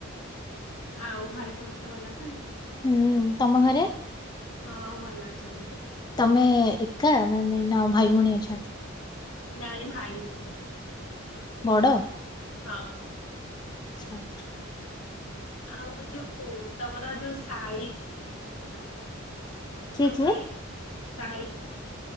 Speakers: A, on the left (about 80°); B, on the left (about 20°).
A: ଆଉ ଘରେ ସମସ୍ତେ ଭଲ ଅଛନ୍ତି?
B: ହୁଁ ତମ ଘରେ?
A: ହଁ ଭଲ ଅଛନ୍ତି।
B: ତମେ ଏକା ମାନେ ନା ଭାଇ ଭଉଣୀ ଅଛନ୍ତି?
A: ନାଇଁ ଭାଇ ଅଛି।
B: ବଡ଼?
A: ହଁ।
B: ଆଚ୍ଛା।
A: ଆଉ ଯୋଉ ତମର ଯୋଉ ସାଇଜ କଣ ହବ?
B: କିଏ
A: ତ
B: କିଏ?
A: ଭାଇ ଶାଇ ସେ